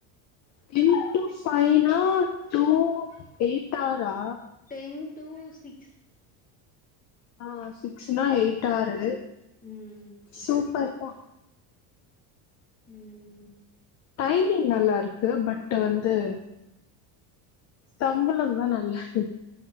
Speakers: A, on the left (about 35°); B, on the left (about 15°).
A: டென் டூ ஃபைவ்னா டூ எயட் ஆரா
B: டென் டூ சீக்ஸ்
A: ஆ சிக்ஸுன்னா எயிட் ஆரு
B: ம்
A: சூப்பர்தா
B: ம்
A: டைமிங் நல்லாருக்கு பட்டு வந்து சம்பளம்தா நல்லால